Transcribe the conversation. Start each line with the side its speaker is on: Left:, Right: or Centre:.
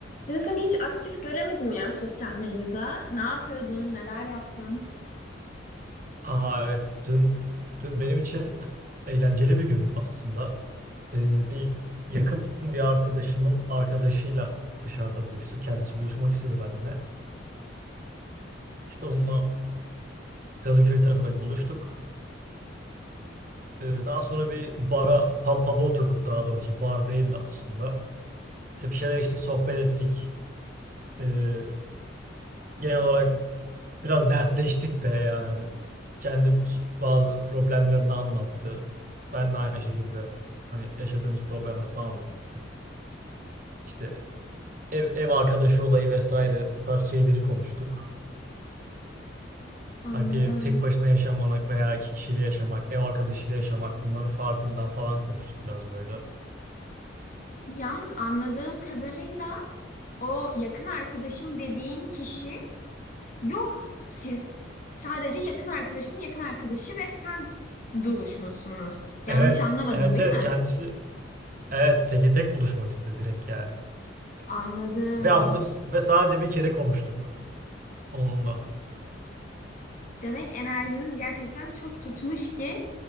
Left: Dün seni hiç aktif göremedim ya sosyal medyada. Ne yapıyordun, neler yaptın?
Right: Aa evet dün dün benim için <laughs> eğlenceli bir gündü aslında. Ee, bir yakın bir arkadaşımın arkadaşıyla dışarıda buluştuk. Kendisi buluşmak istedi benimle. İşte onunla Kadıköy tarafında buluştuk. Ee, daha sonra bir bara, pub, pub'a oturduk daha doğrusu. Bar değildi aslında. İşte bir şeyler içtik, sohbet ettik. Ee, genel olarak Biraz dertleştik de yani. Kendi bazı problemlerini anlattı. Ben de aynı şekilde hani yaşadığımız problemleri falan anlattık. İşte ev, ev arkadaşı olayı vesaire o tarz şeyleri konuştuk.
Left: Anladım.
Right: Hani bir ev tek başına yaşamamak veya iki kişiyle yaşamak, ev arkadaşıyla yaşamak bunların farkından falan konuştuk biraz böyle.
Left: Yalnız anladığım kadarıyla o yakın arkadaşım dediğin kişi yok. Siz sadece yakın arkadaşının yakın arkadaşı ve sen buluşmuşsunuz. Yanlış
Right: Evet,
Left: anlamadım
Right: evet
Left: değil
Right: evet
Left: mi?
Right: kendisi evet teke tek buluşmak istedi direkt yani.
Left: Anladım.
Right: Ve aslında biz- ve sadece bir kere konuştuk onunla.
Left: Demek enerjiniz gerçekten çok tutmuş ki